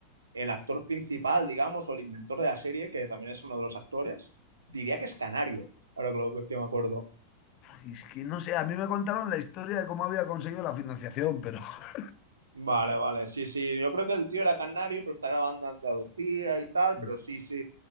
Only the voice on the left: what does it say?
Y Es que no sé, a mí me contaron la historia de cómo había conseguido la financiación, pero <laughs>
Mm.